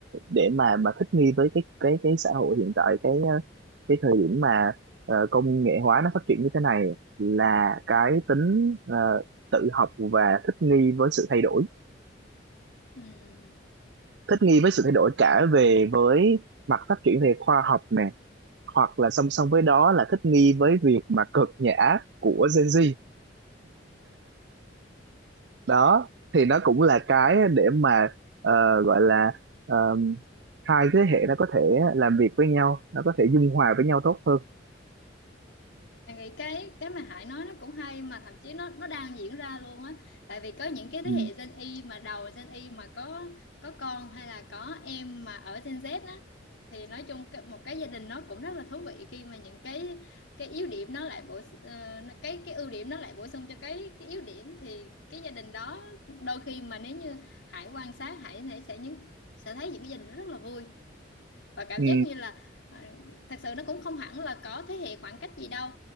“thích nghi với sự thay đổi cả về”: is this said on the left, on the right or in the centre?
Right